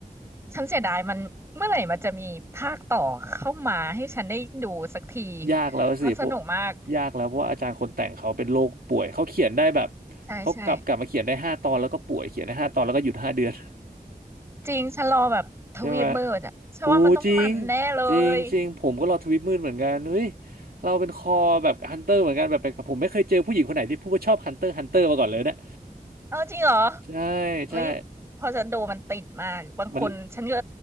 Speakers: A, on the right (about 15°); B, on the right (about 75°).
A: ฉันเสียดายมันเมื่อไหร่มันจะมีภาคต่อเข้ามาให้ฉันได้ดูสักที
B: ยากแล้วสิเพราะ
A: มันสนุกมาก
B: ยากแล้วเพราะว่าอาจารย์คนแต่งเขาเป็นโรคป่วยเขาเขียนได้แบบ
A: ใช่ใช่
B: เขากลับกลับมาเขียนได้ห้าตอนแล้วก็ป่วยเขียนได้ห้าตอนแล้วก็หยุดห้าเดือน
A: จริงฉันรอแบบทวีปมืดอ่ะฉันว่ามันต้องมันแน่เลย
B: <laughs> ใช่ไหมโอ้จริงจริงจริงผมก็รอทวิตมืดเหมือนกันเฮ้ยเราเป็นคอแบบฮันเตอร์เหมือนกันแบบแปลกๆผมไม่เคยเจอผู้หญิงคนไหนที่พูดว่าชอบฮันเตอร์ฮันเตอร์มาก่อนเลยเนี่ย
A: เออจริงเหรอ
B: ใช่
A: เฮ้ย
B: ใช่
A: พอจะดูมันติดมากบางคนฉันก็
B: มัน